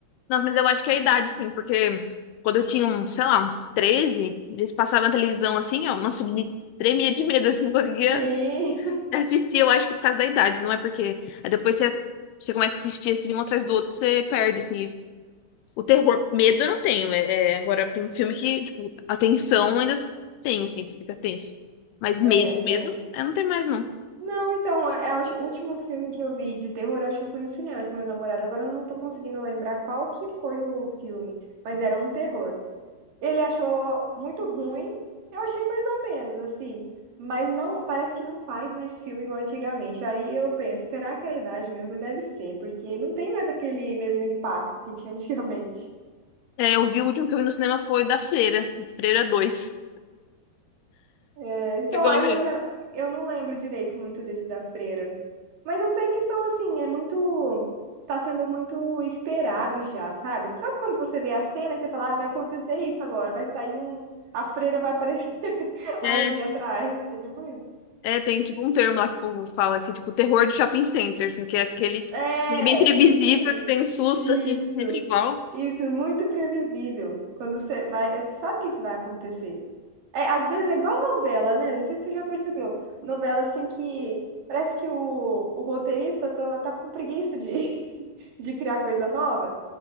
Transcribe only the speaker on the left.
Nossa, mas eu acho que é a idade, sim, porque quando eu tinha, uns, sei lá, uns 13, eles passavam na televisão assim, ó. Nossa, eu me tremia de medo, assim, não conseguia
assistir. Eu acho que é por causa da idade, não é porque. Aí depois você, você começa a assistir assim, um atrás do outro, você perde, assim, isso. O terror, medo eu não tenho. É, é, agora, tem filme que, tipo, a tensão ainda tem, assim, que você fica tenso. Mas
medo,
medo, eu não tenho mais, não.
É, eu vi o último que eu vi no cinema foi da Freira, Freira dois
Chegou
a ver?
É,
é, tem tipo um termo lá que o povo fala que é tipo terror de shopping center, assim, que é aquele que
é bem previsível,
que tem um susto,
assim, sempre igual.